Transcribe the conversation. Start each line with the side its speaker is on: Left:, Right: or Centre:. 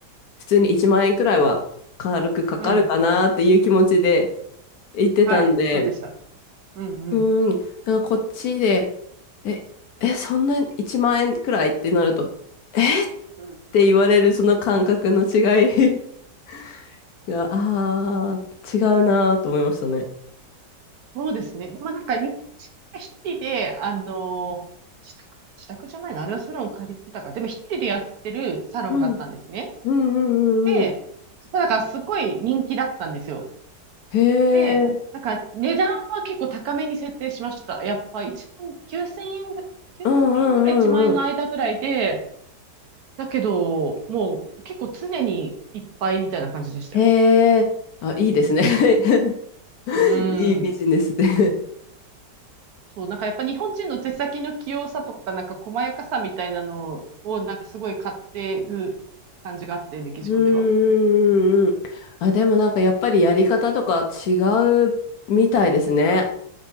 Left: 普通に1万円くらいは軽くかかるかなっていう気持ちで
Right: うん、
Left: 行ってたんで、
Right: はい、そうでした。うん、うん、
Left: うーん。なんかこっちで、え、え、そんな1万円くらいってなると、えっ
Right: うん。
Left: て言われるその感覚の違い <laughs> が、あー、違うなーと思いましたね。
Right: そうですね。まあ、なんか、に一人で、あの自宅、自宅じゃないのあれはサロン借りてたか。でも一人でやってるサロンがあったんですね。
Left: うん。うんうんうんうん。
Right: で、そこだからすごい人気だったんですよ。
Left: へえ。
Right: で、なんか値段は結構高めに設定しました。やっぱ1万9 0円ぐ、9000円から1万円の間ぐらいで、
Left: うんうんうんうん。
Right: だけど、もう結構常にいっぱいみたいな感じでしたよ。
Left: へえ。あ、いいですね。<laughs>
Right: うん。
Left: いいビジネスで。
Right: そう、なんかやっぱ日本人の手先の器用さとか、なんか細やかさみたいなのを、なんかすごい買ってる感じがあって、メキシコでは。
Left: うんうんうんうん。あ、でもなんかやっぱりやり方とか違うみたいですね。